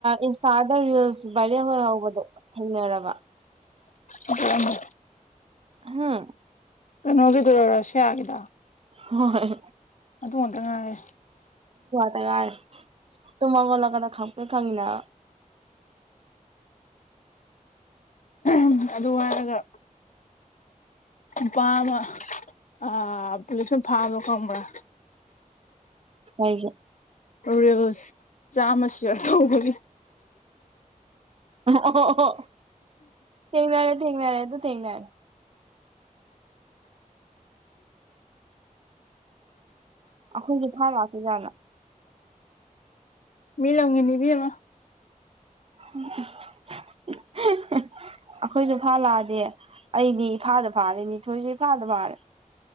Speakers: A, on the right; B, on the left.
A: ꯏꯟꯁꯇꯥꯗ reels viral ꯑꯣꯏ ꯍꯧꯕꯗꯣ ꯊꯦꯡꯅꯔꯕ
B: ꯎ
A: ꯍꯥꯝ
B: ꯀꯩꯅꯣꯒꯤꯗꯨꯔ ꯔꯁꯤꯌꯥꯒꯤꯗ
A: ꯍꯣꯏ ꯍꯣꯏꯣꯏ
B: ꯑꯗꯨ ꯑꯣꯏꯗ ꯉꯥꯏ
A: ꯇꯔ ꯇꯨꯃ ꯃ ꯂꯧ ꯀꯗ ꯈꯄꯦ ꯈꯪꯉꯅ
B: ꯎꯝ ꯑꯗꯨ ꯍꯥꯏꯔꯒ ꯅꯨꯄꯥ ꯑꯃ ꯑ ꯄꯨꯂ ꯁꯨꯝ ꯐꯥꯕꯣ ꯈꯝꯕ꯭ꯔ
A: ꯍꯥꯏꯦ
B: ꯔꯤꯜꯁ ꯆꯥꯃ ꯁꯤꯌꯥꯔ ꯇꯧꯧꯕꯅꯤ
A: ꯑꯣ ꯊꯦꯡꯅꯔꯦ ꯊꯦꯡꯅꯔꯦ ꯑꯗꯨ ꯊꯦꯡꯅꯔꯦ ꯑꯈꯣꯏꯁꯨ ꯊꯔꯁꯨꯦꯖ
B: ꯃꯤ ꯂꯥꯎꯒꯤꯅꯤꯕꯤ ꯍꯃ
A: ꯎ
B: <inaudible>
A: ꯑꯩꯈꯣꯏꯁꯨ ꯐꯥꯂꯛꯑꯗꯤꯦ ꯑꯩꯗꯤ ꯏꯐꯥꯗ ꯐꯥꯔꯦ ꯅꯤꯊꯣꯏꯁꯨ ꯏꯝꯐꯥꯗ ꯐꯥꯔꯦ